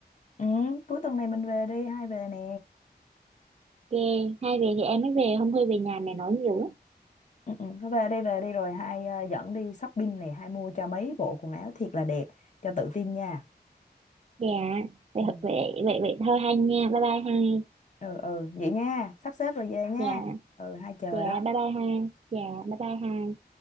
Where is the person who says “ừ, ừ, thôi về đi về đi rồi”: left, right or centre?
Left